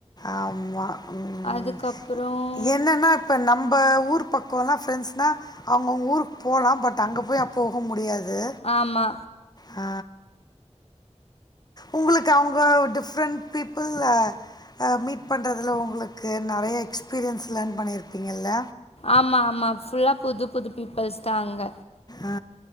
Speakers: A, on the left; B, on the left.
A: ஆமா ம்
B: அதுக்கப்புறம்
A: என்னன்னா இப்ப நம்ப ஊர் பக் கோல்லா ஃப்ரெண்ட்ஸ்னா அவங்கவுங்க ஊருக்கு போலா பட் அங்க போய் ஆ போக முடியாது
B: ஆமா
A: ஆ உங்களுக்கு அவங்க டிஃப்ரெண்ட் பீப்புள் ஆ ஆ மீட் பண்றதுல உங்களுக்கு நெறைய எக்ஸ்பீரியன்ஸ் லேர்ன் பண்ணியிருப்பீங்கல்ல
B: ஆமா ஆமா ஃபுல்லா புது புது பீப்பிள்ஸ்தா அங்க
A: ஆ